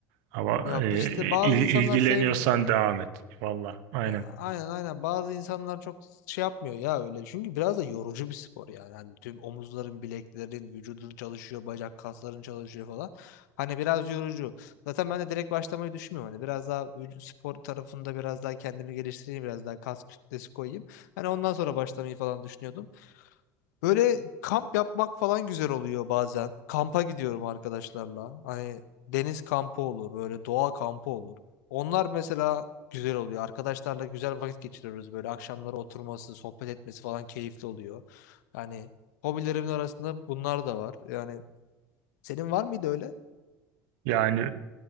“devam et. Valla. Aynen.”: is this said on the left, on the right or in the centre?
Right